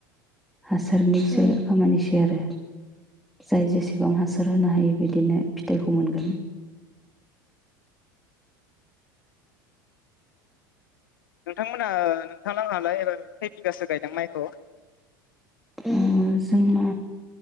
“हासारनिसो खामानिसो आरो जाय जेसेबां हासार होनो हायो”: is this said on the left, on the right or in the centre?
Centre